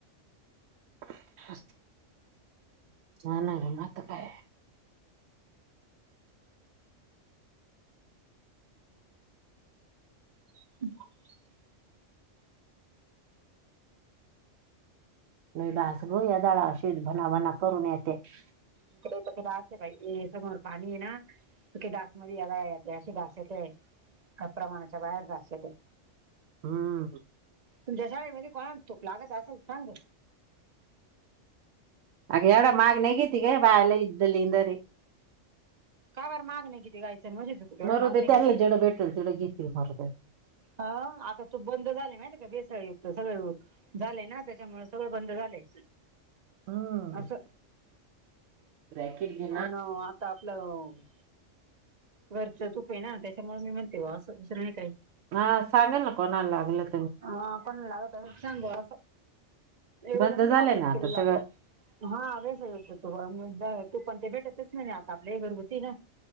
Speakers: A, on the right; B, on the right.
A: <unintelligible> ह नाही. आता काय?
B: <inaudible>
A: लई डास गं या झाडावर भनाभणा करून येत्यात.
B: इकडे पण ते डास समोर पाणी आहे ना. डासमध्ये याला असे डास येत आहे. प्रमाणाच्या बाहेर डास येतात.
A: हम्म
B: तुमच्या शाळेमध्ये कोणाला तूप लागत असेल तर सांग ग.
A: अग एवढा महाग नाही घेती ग. बाया लई दलिंदरये
B: काय बरं माग नाही किती गायचं म्हणजे तूप एवढं
A: मरू
B: माग
A: दे
B: नाही
A: त्यांना.
B: किती
A: जिथे भेटेल तिथं घेतील मरू दे.
B: ह आता तूप बंद झाले माहिती का? भेसळयुक्त सगळं झाले ना, त्याच्यामुळे सगळं बंद झालं.
A: हम्म.
B: असं?
A: ब्रॅकेट घे
B: हो ना हो आता आपलं घरचं तूप आहे ना त्याच्यामुळे मी म्हणते बुवा असं दुसरं नाही काय.
A: हां. सांगेल ना कोणाला लागत असलं तर.
B: हा कोणाला लागलत सांगू अस. एढ
A: बंद
B: म्हणज
A: झालंय
B: मला एक
A: ना आता
B: किलो लागत
A: सगळं
B: हा व्यास तो <unintelligible> तूप अन ते भेटतच नाही आता. आपल हे घरगुतीय ना?